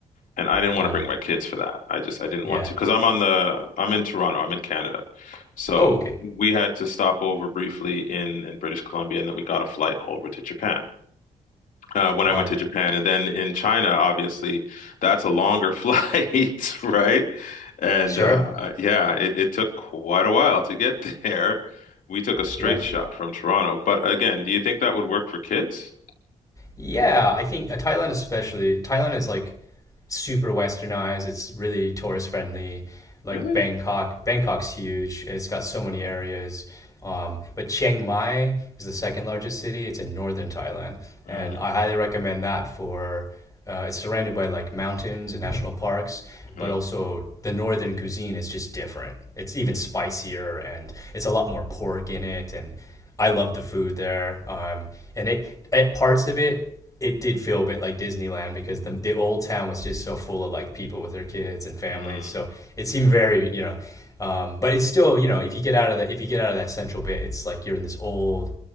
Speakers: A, on the left; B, on the left.
A: and I didn't
B: wow,
A: want to bring my kids for that. I just I didn't
B: yeah.
A: want to because I'm on the I'm in Toronto. I'm in Canada, so
B: Oh, okay,
A: we had to stop over briefly in in British Columbia, and then we got a flight over to Japan. Uh, when
B: wow,
A: I went to Japan, and then in China, obviously that's a longer <laughs> flight, right? And
B: sure.
A: uh, yeah, it, it took quite a while to get <laughs> there. We took a straight
B: Yeah.
A: shot from Toronto, but again, do you think that would work for kids?
B: Yeah, I think uh, Thailand especially. Thailand is like super westernized. It's really tourist friendly. Like
A: Really?
B: Bangkok, Bangkok's huge. It's got so many areas. Um, but Chiang Mai is the second largest city. It's in northern Thailand,
A: Hmm.
B: and I highly recommend that for. Uh, it's surrounded by like mountains and national parks, but
A: Mm,
B: also the northern cuisine is just different. It's even spicier, and it's a lot more pork in it. And I love the food there. Um, and it at parts of it, it did feel a bit like Disneyland because the the old town was just so full of like people with their kids and families.
A: mm,
B: So it seemed very, you know, um, but it's still, you know, if you get out of the if you get out of that central bit, it's like you're in this old,